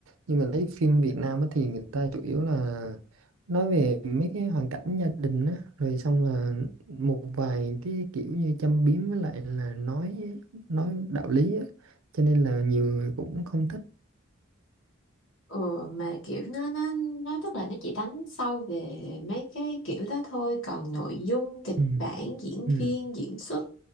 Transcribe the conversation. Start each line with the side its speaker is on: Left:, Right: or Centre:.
Right: Nhưng mà lấy phim Việt Nam á thì người ta chủ yếu là nói về mấy cái hoàn cảnh gia đình á rồi xong là một vài cái kiểu như châm biếm với lại là nói nói đạo lý á cho nên là nhiều người cũng không thích
Left: Ừ, mà kiểu nó nó nó tức là nó chỉ đánh sâu về mấy cái kiểu đó thôi còn nội dung kịch
Right: ừ.
Left: bản diễn
Right: Ừ.
Left: viên diễn xuất